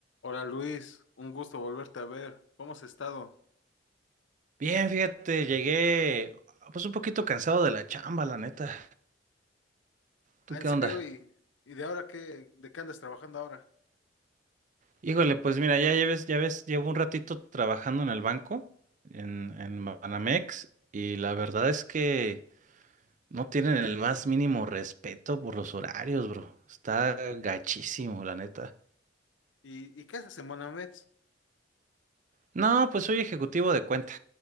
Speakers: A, on the left (about 80°); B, on the right (about 40°).
A: Hola Luis, un gusto volverte a ver. ¿Cómo has estado?
B: Bien, fíjate, llegué pues un poquito cansado de la chamba, la neta. ¿Tú
A: Ah, ¿en
B: qué
A: serio?
B: onda?
A: ¿Y, y de ahora qué, de qué andas trabajando ahora?
B: Híjole, pues mira, ya lleves, ya ves, llevo un ratito trabajando en el banco, en, en Banamex, y la verdad es que no tienen el más mínimo respeto por los horarios, bro. Está gachísimo, la neta.
A: ¿Y, y qué haces en Monamets?
B: No, pues soy ejecutivo de cuenta.